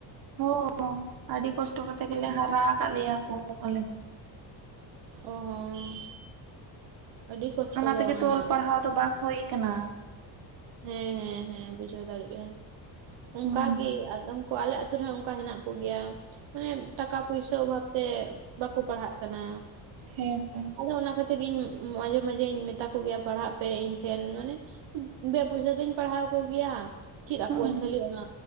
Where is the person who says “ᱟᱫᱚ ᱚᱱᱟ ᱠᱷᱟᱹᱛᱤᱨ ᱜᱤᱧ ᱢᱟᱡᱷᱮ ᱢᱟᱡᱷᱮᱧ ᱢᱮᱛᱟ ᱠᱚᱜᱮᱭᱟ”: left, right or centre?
Right